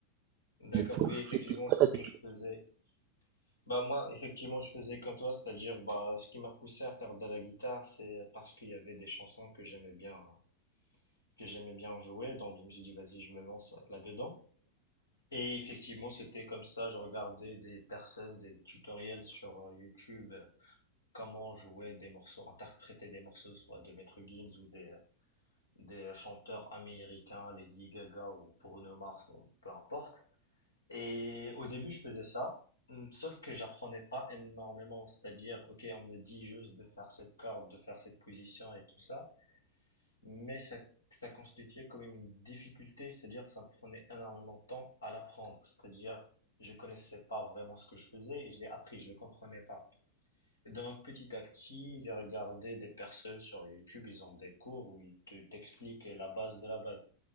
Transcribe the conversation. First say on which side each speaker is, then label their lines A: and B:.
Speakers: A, on the left; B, on the right.
A: D'accord,
B: Et toi,
A: oui, effectivement,
B: c'était quoi
A: c'est
B: ta
A: ce
B: technique?
A: que je faisais. Bah, moi, effectivement, je faisais comme toi, c'est-à-dire, bah, ce qui m'a poussé à faire de la guitare, c'est parce qu'il y avait des chansons que j'aimais bien hein. que j'aimais bien jouer. Donc, je me suis dit, vas-y, je me lance là-dedans. Et effectivement, c'était comme ça. Je regardais des personnes, des tutoriels sur euh, YouTube, euh, comment jouer des morceaux, interpréter des morceaux, soit de Maître Gims ou des, des chanteurs américains, Lady Gaga ou Bruno Mars, bon, peu importe. Et au début, je faisais ça. hum, Sauf que j'apprenais pas énormément, c'est-à-dire, ok, on me dit juste de faire cette corde, de faire cette position et tout ça, mais ça ça constituait quand même une difficulté, c'est-à-dire que ça me prenait énormément de temps à l'apprendre. C'est-à-dire je connaissais pas vraiment ce que je faisais et je l'ai appris, je le comprenais pas. Et donc petit à petit, j'ai regardé des personnes sur YouTube, ils ont des cours où ils te- t'expliquent la base de la base.